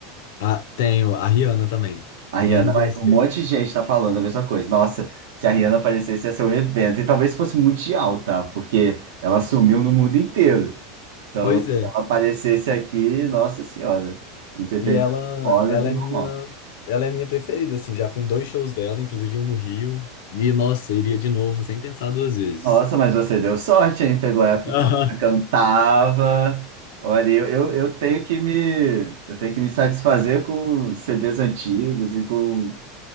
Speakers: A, on the left; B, on the right.
A: Ah, tenho a Rihanna também.
B: A
A: Rihanna
B: Rihanna,
A: e Beyoncé.
B: mas um monte de gente tá falando a mesma coisa. Nossa, se a Rihanna aparecesse, ia ser um evento. E talvez fosse mundial, tá? Porque ela sumiu no mundo inteiro. Então,
A: Pois é.
B: se ela aparecesse aqui, nossa senhora, entretenimento
A: E ela,
B: fora
A: ela
B: do
A: é
B: normal.
A: minha, ela é minha preferida, assim, já fui em dois shows dela, inclusive um no Rio. E, nossa, iria de novo sem pensar duas vezes.
B: Nossa, mas você deu sorte, hein? Pegou a época
A: <laughs>
B: que
A: Aham.
B: ela cantava. Olha, eu, eu, eu tenho que me, eu tenho que me satisfazer com CDs antigos e com,